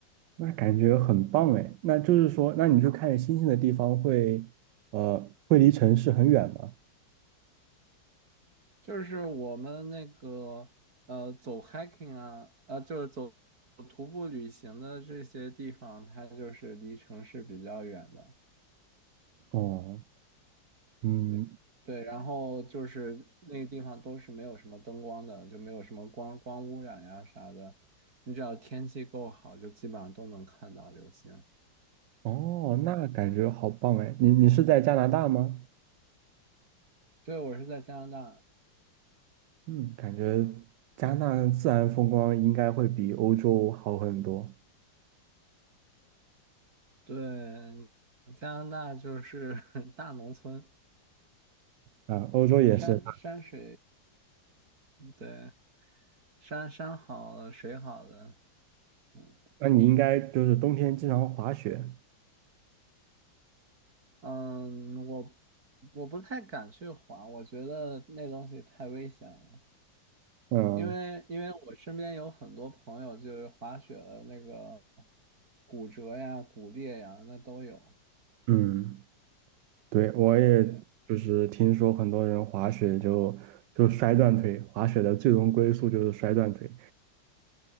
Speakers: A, on the right; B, on the right.
A: 那感觉很棒哎。那就是说，那你去看星星的地方会，呃，会离城市很远吗？
B: 就是我们那个呃走 hiking 啊，呃就是走走徒步旅行的这些地方，它就是离城市比较远的，
A: 哦，嗯，
B: 也对，然后就是那个地方都是没有什么灯光的，就没有什么光光污染呀啥的，你只要天气够好，就基本上都能看到流星。
A: 哦，那感觉好棒哎。你你是在加拿大吗？
B: 对，我是在加拿大，
A: 嗯，感觉加拿大自然风光应该会比欧洲好很多。
B: 对，加拿大就是 <laughs> 大农村，
A: 啊，欧洲也是。
B: 山山水，对。山山好了，水好了，嗯，
A: 那你应该就是冬天经常滑雪。
B: 嗯，我我不太敢去滑，我觉得那东西太危险了，
A: 嗯
B: 因为因为我身边有很多朋友就是滑雪的那个骨折呀、骨裂呀，那都有。
A: 嗯，对，我也就是听说很多人滑雪就就摔断腿，
B: 对，
A: 滑雪的最终归宿就是摔断腿。